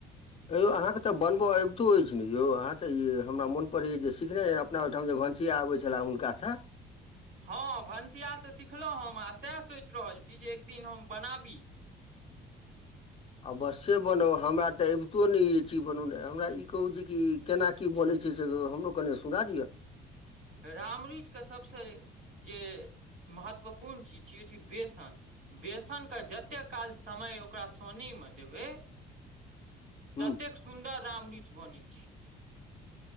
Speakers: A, on the left; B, on the right.
A: यौ अहाँकेँ तऽ बनबय अबितो अछि ने यौ अहाँ तऽ ई हमरा मोन पड़ैए जे सिखने अपना ओहिठाम जे भनसिया आबै छले हुनकासँ
B: हँ भनसिया सँ सिखलहुँ हम हँ सैह सोचि रहल छी जे एक दिन हम बनाबी
A: अबश्ये से बनाउ हमरा तऽ अबितो नहि ई बनोनाइ हमरा ई कहू जे कि केना की बनै छै से हमरो कने सुना दिअ
B: रामरुइच के सभसँ जे महत्वपूर्ण चीज छै ओ छै बेसन बेसनके जतेक काल समय ओकरा सनैमे देबै
A: हूँ
B: ततेक सुन्दर रामरुइच बनै छै